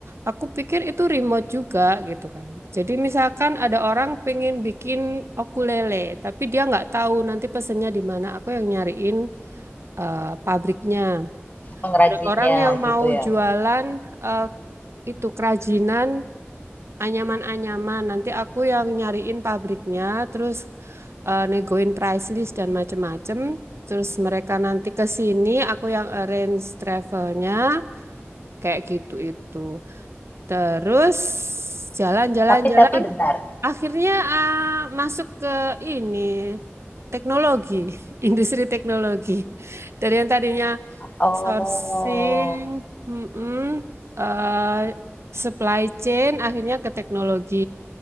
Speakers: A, on the right; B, on the left.
A: Aku pikir itu remote juga gitu kan. Jadi misalkan ada orang pengen bikin ukulele, tapi dia nggak tahu nanti pesennya di mana. Aku yang nyariin eh, pabriknya.
B: pengrajinnya
A: Ada orang yang mau
B: gitu ya.
A: jualan eh, itu kerajinan anyaman-anyaman. Nanti aku yang nyariin pabriknya, terus eh, negoin price list dan macem-macem. Terus mereka nanti ke sini, aku yang arrange travelnya, kayak gitu itu. Terus jalan-jalan-jalan,
B: Tapi tapi bentar.
A: akhirnya ah, masuk ke ini teknologi, <laughs> industri teknologi. Dari yang tadinya
B: Oh.
A: Sourcing, mm-mm, eh, supply chain, akhirnya ke teknologi.